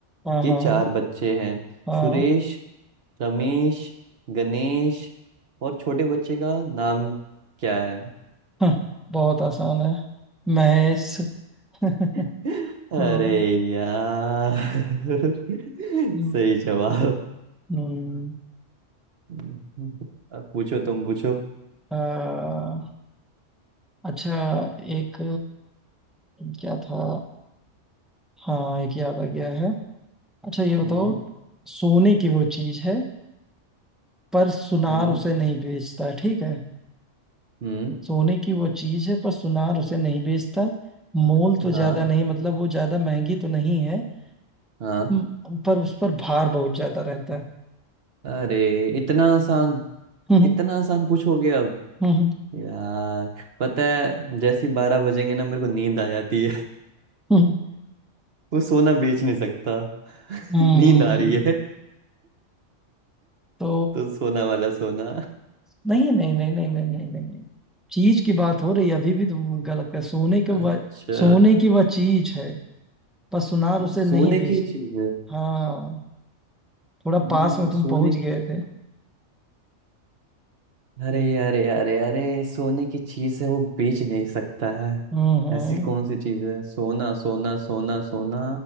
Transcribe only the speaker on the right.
के
चार
बच्चे हैं
सुरेश रमेश गणेश और छोटे बच्चे का नाम क्या है
<laughs> अरे
यार <laughs>
सही जवाब
हम्म, अब पूछो तुम पूछो
हम्म
हम्म
हम्म
हाँ
हाँ
अरे इतना आसान
इतना आसान पूछोगे अब
यार पता है जैसे ही बारह बजेंगे ना मेरे को नींद आ जाती
वो सोना बेच नहीं सकता <laughs>
नींद
आ
रही है
तो सोना वाला सोना
अच्छा
सोने
की चीज है
हम्म,
सोने
की
अरे अरे अरे अरे सोने की चीज है वो बेच नहीं सकता है
ऐसी कौन सी चीज है सोना सोना सोना सोना